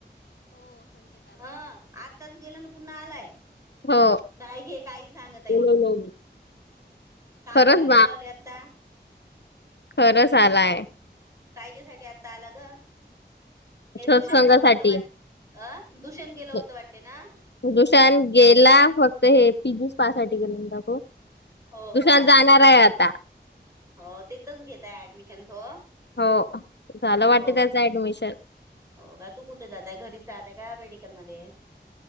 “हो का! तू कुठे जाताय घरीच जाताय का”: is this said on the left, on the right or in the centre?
Right